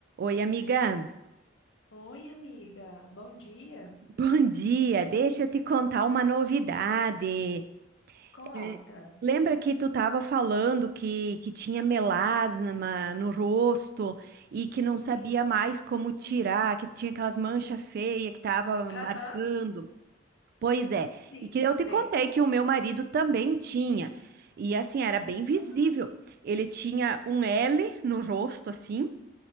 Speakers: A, on the right; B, on the left.
A: Oi, amiga.
B: Oi, amiga. Bom dia.
A: Bom dia. Deixa eu te contar uma novidade.
B: Conta.
A: É, lembra que tu estava falando que, que tinha melasma no rosto e que não sabia
B: Sim.
A: mais como tirar, que tinha aquelas manchas feias que tava
B: Aham,
A: marcando? Pois é.
B: sim.
A: E que eu te
B: Lembro.
A: contei que o meu marido também tinha. E assim, era bem visível.
B: Aham.
A: Ele tinha um L no rosto, assim